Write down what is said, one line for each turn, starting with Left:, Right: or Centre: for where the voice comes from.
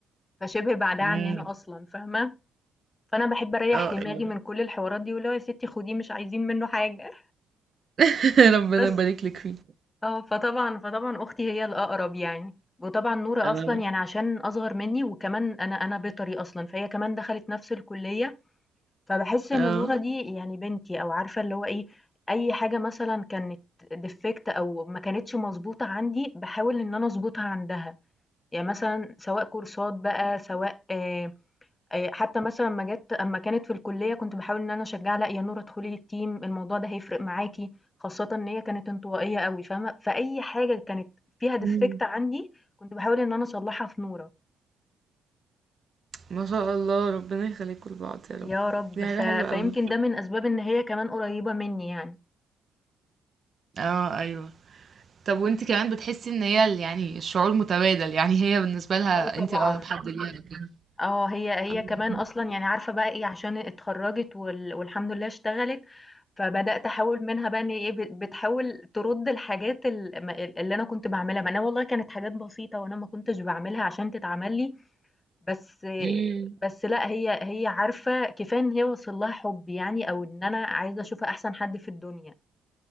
Left: فشِبه بعيدة عننا
Right: إمم.
Left: أصلًا فاهمة، فأنا باحب أريّح
Right: آه
Left: دماغي
Right: يعني
Left: من كل الحوارات دي واللي هو يا ستي خديه مش عايزين منّه حاجة
Right: <laughs> ربنا
Left: <laughs> بس.
Right: يبارك لِك فيه.
Left: اه فطبعًا فطبعًا أختي هي الأقرب يعني، وطبعًا نورة
Right: آه،
Left: أصلًا يعني عشان أصغر مني وكمان أنا أنا بيطري أصلًا، فهي كمان دخلت نفس الكلية، فباحس إن
Right: آه.
Left: نورة دي يعني بنتي أو عارفة اللي هو إيه، أي حاجة مثلًا كانت defect أو ما كانتش مضبوطة عندي باحاول إن أنا أضبطها عندها، يعني مثلًا سواء كورسات بقى سواء آه، آآ حتى مثلًا أمّا جات أمّا كانت في الكلية كنت باحاول إن أنا أشجّعها، لأ يا نورة ادخلي الteam الموضوع ده هيفرق معاكِ، خاصةً إن هي كانت انطوائية أوي فاهمة، فأي حاجة كانت فيها defect
Right: إمم.
Left: عندي كنت باحاول إن أنا أصلّحها في نورة،
Right: ما شاء الله، ربنا يخلّيكم لبعض يا رب،
Left: يا رب
Right: دي
Left: ف
Right: حاجة حلوة
Left: فيمكن
Right: أوي.
Left: ده من أسباب إن هي كمان قريبة منّي يعني.
Right: آه، أيوه. طَب وأنتِ كمان بتحسّي إن هي ال يعني الشعور متبادل، يعني هي بالنسبة لها
Left: آه طبعًا.
Right: أنتِ أقرب حد ليها وكده.
Left: آه، هي هي
Right: إمم،
Left: كمان أصلًا يعني عارفة بقى إيه، عشان اتخرّجت وال والحمد لله اشتغلت، فبدأت أحاول منها بقى إن إيه، بت بتحاول ترُد الحاجات ال م ال اللي أنا كنت باعملها، ما أنا والله كانت حاجات بسيطة وأنا ما كنتش باعملها عشان تتعمل لي، بس
Right: إمم.
Left: بس لأ، هي هي عارفة كفاية إن هي واصل لها حُبّي يعني أو إن أنا عايزة أشوفها أحسن حد في الدنيا.